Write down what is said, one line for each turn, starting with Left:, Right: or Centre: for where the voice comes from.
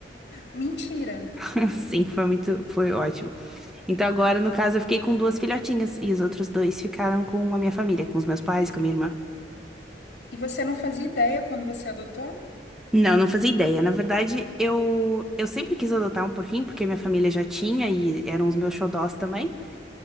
Left: Mentira.
Centre: <laughs> Sim, foi muito, foi ótimo. Então agora, no caso, eu fiquei com duas filhotinhas e os outros dois ficaram com a minha família, com os meus pais, com a minha irmã.
Left: E você não fazia ideia quando você adotou?
Centre: Não, não fazia ideia. Na verdade, eu eu sempre quis adotar um porquinho porque minha família já tinha e eram os meus xodós também.